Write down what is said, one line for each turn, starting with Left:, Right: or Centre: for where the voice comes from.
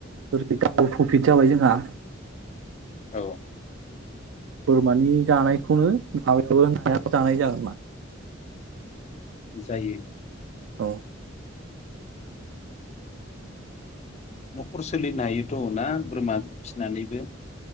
Right: प्रफिट जाबाय जोंहा।
Left: औ
Right: बोरमानि जानायखौनो <unintelligible> नायाबो जानाय <unintelligible>
Left: जायो
Right: औ
Left: न'खर सोलिनो हायोथ' ना बोरमा फिनानैबो